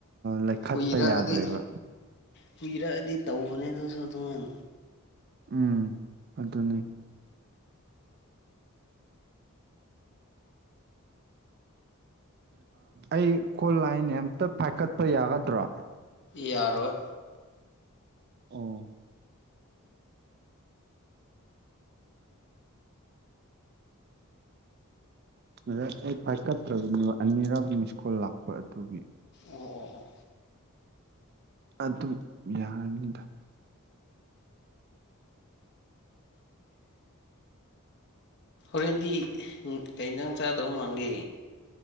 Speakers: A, on the right; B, on the left.
A: ꯂꯩꯈꯠꯄ
B: ꯀꯨꯏꯔꯛꯑꯗꯤ
A: ꯌꯥꯗ꯭ꯔꯦꯕ꯫
B: ꯀꯨꯏꯔꯛꯑꯗꯤ ꯇꯧꯕꯅꯦ ꯑꯗꯨꯁꯨ ꯑꯗꯨꯝ꯫
A: ꯎꯝ ꯑꯗꯨꯅꯤ꯫ ꯑꯩ ꯀꯣꯜꯂꯥꯏꯟ ꯑꯝꯇ ꯄꯥꯏꯈꯠꯄ ꯌꯥꯒꯗ꯭ꯔꯣ꯫
B: ꯌꯥꯔꯣꯏ꯫
A: ꯑꯣ꯫ <unintelligible> <unintelligible> ꯅꯠꯇ꯭ꯔ ꯑꯅꯤꯔꯛ ꯃꯤꯁꯀꯣꯜ ꯂꯥꯛꯄ ꯑꯗꯨꯒꯤ꯫
B: ꯑꯣ ꯑꯣ ꯑꯣ꯫
A: ꯑꯗꯨ ꯌꯥꯔꯅꯤꯗ꯫
B: ꯍꯣꯔꯦꯟꯗꯤ ꯀꯩ ꯖꯥꯡ ꯆꯥꯗꯧ ꯃꯥꯡꯒꯦ꯫